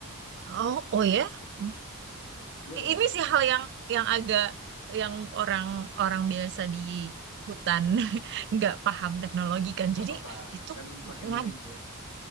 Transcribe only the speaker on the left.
Iya
dong,
nggak
apa-apa.
Kan pakai
lilin dia,